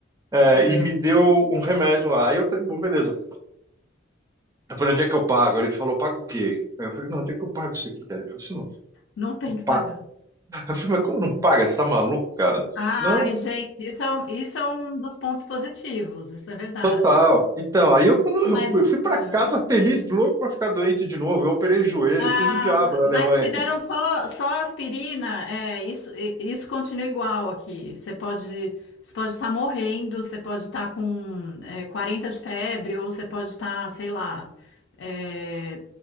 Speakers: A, on the right; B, on the left.
A: é,
B: É,
A: e me deu um remédio lá. Aí eu falei, bom, beleza. Eu falei, onde é que eu pago? Ele falou, paga o quê? Aí eu falei, não, onde é que eu pago isso aqui, cara? Ele falou assim,
B: não tem
A: não,
B: que
A: paga.
B: pagar.
A: Eu falei, mas como não paga? Você tá maluco, cara?
B: Ai,
A: Não,
B: gente, isso é, um- isso é um dos pontos positivos, isso é verdade.
A: Total. Então, aí eu, quando eu
B: Mas,
A: fui eu fui pra
B: ah,
A: casa feliz, louco pra ficar doente de novo. Eu operei joelho,
B: Ah,
A: fiz o diabo na Alemanha
B: mas te deram só, só aspirina. É, isso, i- isso continua igual aqui. Você pode, você pode estar morrendo, você pode estar com é, 40 de febre, ou você pode estar, sei lá, é,